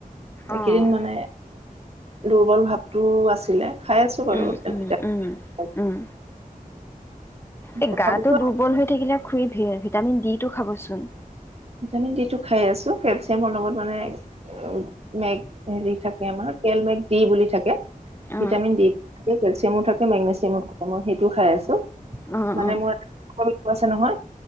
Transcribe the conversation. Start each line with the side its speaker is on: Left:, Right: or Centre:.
Right: এইকেইদিন
Left: অ',
Right: মানে দুৰ্বল ভাবটোও আছিলে। খাই আছো বাৰু
Left: উম, উম উম,
Right: ভিটামিন,
Left: উম। এই
Right: তথাপিতো
Left: গাটো দুৰ্বল হৈ থাকিলে খুৰি ভিটামিন ডি টো খাবচোন।
Right: ভিটামিন ডি টো খাই আছো কেলচিয়ামৰ লগত মানে উ মেঘ হেৰি থাকে আমাৰ, তেল মেঘ দি বুলি থাকে।
Left: অ
Right: ভিটামিন ডি থাকে, কেলছিয়ামো থাকে, মেগনেছিয়ামো থাকে। মই সেইটোও খাই আছো।
Left: অ
Right: মানে
Left: অ
Right: মোৰ <unintelligible> কল আছে নহয়।